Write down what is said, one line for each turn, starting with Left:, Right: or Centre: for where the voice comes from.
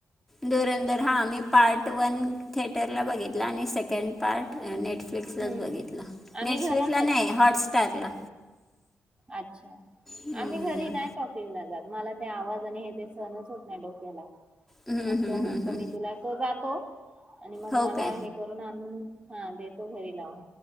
Centre: धरंधर हा आम्ही पार्ट वन थिएटरला बघितला आणि सेकंड पार्ट नेटफ् नेटफ्लिक्सलाच
Right: हम्म
Centre: बघितलं
Right: आम्ही
Centre: नेटफ्लिक्सला
Right: घरातच
Centre: नाही हॉटस्टार ला
Right: अच्छा
Centre: हम्म.
Right: आम्ही घरी नाही टॉकला जात मला ते आवाज आणि हे ते सहणच होत नाही डोक्याला
Centre: हम्म,
Right: मग
Centre: हम्म,
Right: तो म्हणतो
Centre: हम्म, हम्म.
Right: मी तुला तो जातो आणि मग
Centre: हो
Right: मला
Centre: काय
Right: हे करून आणून हा देतो घरी लावून